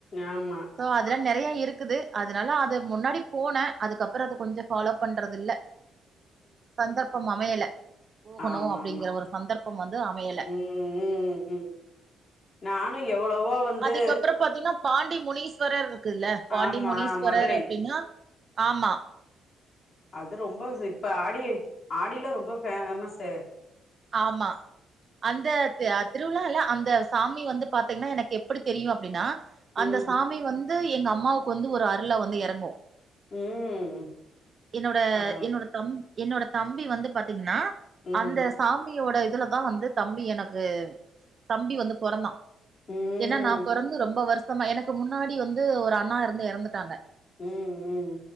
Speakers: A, on the left; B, on the right.
A: ஆமா.
B: சோ அதெல்லா நெறைய இருக்குது அதனால அத முன்னாடி போன அதுக்கப்புற அது கொஞ்ச ஃபாலோ பண்றதில்ல சந்தர்ப்பம் அமையல போகணு
A: ஆமா
B: அப்டிங்கிற
A: ஆமா
B: ஒரு சந்தர்ப்பம் வந்து அமையல
A: ம் ம் ம் ம் நானு எவ்வளவோ வந்து
B: அதுக்கப்பற பாத்தீங்ன்னா பாண்டி முனீஸ்வரர் இருக்குல்ல பாண்டி
A: ஆமா
B: முனீஸ்வரர்
A: மதுரை.
B: அப்டினா ஆமா
A: அது ரொம்ப ச இப்ப ஆடி ஆடில ரொம்ப ஃபேமஸு
B: ஆமா அந்த த அ திருவிழா இல்ல அந்த சாமி வந்து பாத்தீங்ன்னா எனக்கு எப்படி தெரியு அப்டினா
A: ம்
B: அந்த சாமி வந் க எங்க அம்மாவுக்கு வந்து ஒரு அருளா வந்து எறங்கு
A: ம்
B: என்னோட
A: பரவால்ல
B: என்னோட தம் என்னோட தம்பி வந்து பாத்தீங்கன்னா
A: ம்
B: அந்த சாமியோட இதுலதா வந்து தம்பி எனக்கு தம்பி வந்து பொறந்தா
A: ம்
B: ஏன்னா நா பெறந்து ரொம்ப வருஷமா எனக்கு முன்னாடி வந்து ஒரு அண்ணா இருந்து எறந்துட்டாங்க
A: ம் ம்